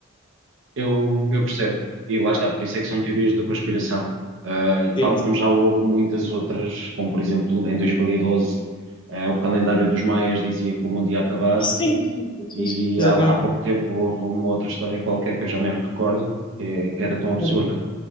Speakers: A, on the right; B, on the left.
A: Eu, eu percebo. E lá está, por isso é que são teorias da conspiração, Ah,
B: Sim,
A: tal como já houve muitas outras, como por exemplo em 2012, ah, o calendário dos maias dizia que o mundo ia acabar,
B: sim, sim, sim, sim.
A: E
B: sim. Exatamente.
A: há, há pouco tempo houve uma outra história qualquer que eu já nem me recordo, que, é- que era tão absurda.
B: Sim.